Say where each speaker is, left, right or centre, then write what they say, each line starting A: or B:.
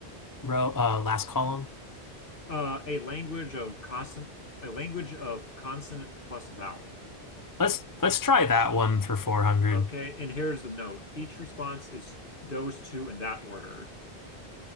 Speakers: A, on the left; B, on the left.
A: row, uh, last column.
B: Uh, a language of consonant, a language of consonant plus vowel.
A: Let's let's try that one for 400.
B: Okay, and here's the note. Each response is those two in that order.